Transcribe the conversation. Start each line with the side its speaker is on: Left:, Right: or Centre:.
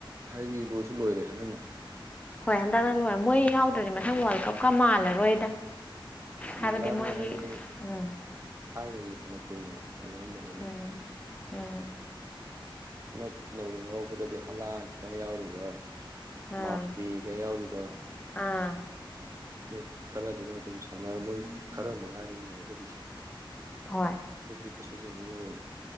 Right: ꯍꯥꯏꯗꯤ ꯂꯣꯏꯁꯨ ꯂꯣꯏꯔꯦ ꯍꯟꯗꯪꯅ
Left: ꯍꯣꯏ ꯍꯟꯗꯛꯅ ꯂꯣꯏꯔꯦ ꯃꯣꯏ ꯌꯥꯎꯗ꯭ꯔꯗꯤ ꯃꯊꯪ ꯋꯥꯔꯜ ꯀꯞꯀ ꯃꯥꯜꯂꯔꯣꯏꯗ ꯍꯥꯏꯕꯗꯤ
Right: ꯃꯥꯜꯂꯛꯑꯔꯣꯏ
Left: ꯃꯣꯏꯒꯤ
Right: ꯍꯥꯏꯗꯤ
Left: ꯎꯝ
Right: ꯊꯥꯏꯅꯒꯤ ꯐꯅ ꯀꯨꯏꯅ ꯁꯥꯟꯅꯔꯝꯕꯅꯤꯅ
Left: ꯎꯝ ꯎꯝ
Right: ꯍꯟꯗꯛ ꯅꯧꯅ ꯌꯥꯎꯔꯛꯄꯗꯗꯤ ꯍꯂꯥꯟ ꯀꯌꯥ ꯌꯥꯎꯔꯤꯕ
Left: ꯎꯝ
Right: ꯃꯥꯄꯤ ꯀꯌꯥ ꯌꯥꯎꯔꯤꯕ
Left: ꯑꯥ
Right: ꯃꯣꯏ ꯈꯔꯗꯨꯅ ꯑꯗꯨꯝ ꯁꯥꯟꯅꯔ ꯃꯣꯏ ꯈꯔ ꯃꯉꯥꯏꯗ ꯌꯦꯡꯉꯒꯗꯣꯏꯁꯦ
Left: ꯍꯣꯏ
Right: ꯑꯗꯨꯕꯨꯗꯤ ꯀꯩꯁꯨ ꯌꯦꯡꯅꯤꯡꯉꯔꯣꯏ